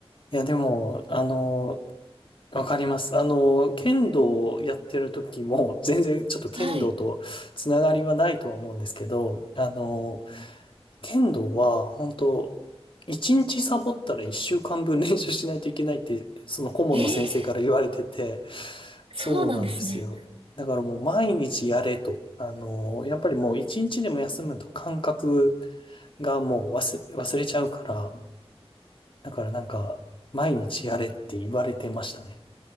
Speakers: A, on the left (about 55°); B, on the right (about 60°).
A: いやでも、あの、わかります。あの、剣道をやってる時も、全然ちょっと剣道とつながりはないとは思うんですけど、
B: はい。
A: あの、
B: うん
A: 剣道は、本当一日サボったら一週間分練習しないといけないって、その顧問の先生から言われてて、
B: ええそうなんですね。
A: そうなんですよ。だからもう毎日やれと。あの、やっぱりもう一日でも休むと感覚がもう忘れ、忘れちゃうから、だからなんか、毎日やれって言われてましたね。